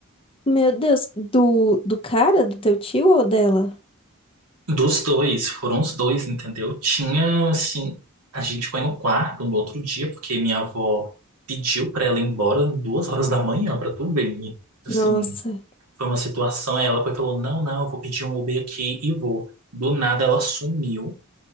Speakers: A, on the left; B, on the right.
A: Meu Deus, do, do cara, do teu tio ou dela?
B: Dos dois, foram os dois, entendeu? Tinha, assim, a gente foi no quarto no outro dia, porque minha avó pediu pra ela ir embora duas horas da manhã, pra tu ver, menina. Assim.
A: Nossa.
B: Foi uma situação, aí ela foi e falou: Não, não, eu vou pedir um Uber aqui e vou. Do nada ela sumiu,